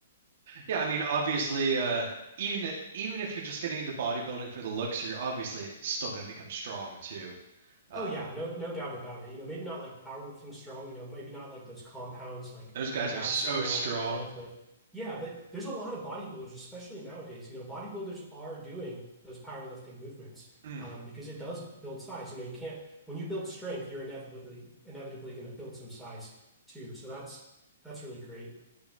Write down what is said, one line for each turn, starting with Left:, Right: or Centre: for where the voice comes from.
Right: Yeah, I mean, obviously, uh, even even if you're just getting into bodybuilding for the looks, you're obviously still going to become strong too.
Centre: Oh
Right: Um,
Centre: yeah, no no doubt about it. You know, maybe not like powerlifting strong, you know, maybe not like those compounds like
Right: those guys
Centre: back
Right: are so
Centre: squat,
Right: strong.
Centre: deadlift. Yeah, but there's a lot of bodybuilders, especially nowadays. You know, bodybuilders are doing those powerlifting movements
Right: Mm,
Centre: um, because it does build size. You know, you can't when you build strength, you're inevitably inevitably going to build some size too. So that's that's really great.